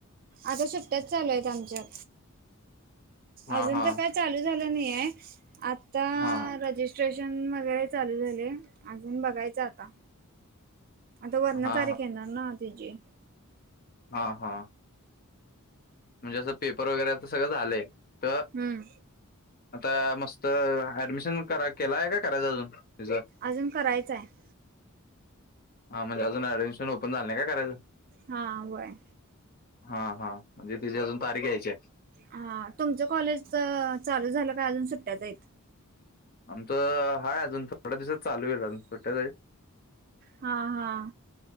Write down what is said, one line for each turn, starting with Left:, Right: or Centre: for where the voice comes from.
Right: आता सुट्टयाच चालू आहेत आमच्या.
Left: हा
Right: अजून
Left: हा
Right: तर काय चालू झालं नाहीय. आता
Left: हा, हा.
Right: रजिस्ट्रेशन वगैरे चालू झालय, अजून बघायचं आता. आता वरन
Left: हा
Right: तारीख येणार ना तेची.
Left: हां, हां म्हणजे असं पेपर वगैरे च सगळं झालंय. तर
Right: हम्म
Left: आता मस्त ऍडमिशन करा केलाय का करायचंयअजून. त्येच,
Right: अजून करायचं आहे
Left: हां म्हणजे, अजून ॲडमिशन ओपन झालं नाही का करायच
Right: हा होय.
Left: हा, हा म्हणजे अजून तिची अजून तारीख यायचीय.
Right: हा, तुमचं कॉलेजच चालू झालं काय, अजून सुट्ट्याच हाईत.
Left: आमच हाय अजून थोड्या दिवसात चालू होईल. अजून सुट्ट्याच हायत.
Right: हा हा